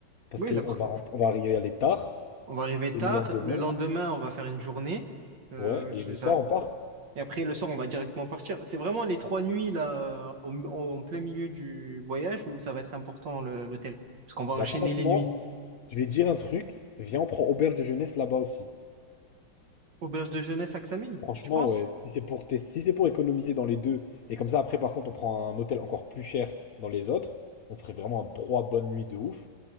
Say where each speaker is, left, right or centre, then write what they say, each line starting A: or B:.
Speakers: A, on the left (about 60°); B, on the right (about 65°).
A: Parce
B: Oui,
A: que
B: la pre-
A: on va, on va arriver à aller tard,
B: on va arriver
A: et
B: tard.
A: le lendemain,
B: Le lendemain, on va faire une journée. Euh,
A: ouais,
B: je-
A: et le
B: ça-
A: soir, on part.
B: Et après, le soir, on va directement partir. C'est vraiment les trois nuits là, au- au- en plein milieu du voyage où ça va être important le- l'hôtel. Parce qu'on va
A: Bah
B: enchaîner
A: franchement,
B: les nuits.
A: je vais dire un truc, viens, on prend auberge de jeunesse là-bas aussi.
B: Auberge de jeunesse à Xamil,
A: Franchement,
B: tu penses?
A: ouais, si c'est pour tester, si c'est pour économiser dans les deux, et comme ça après par contre on prend un hôtel encore plus cher dans les autres, on ferait vraiment un trois bonnes nuits de ouf.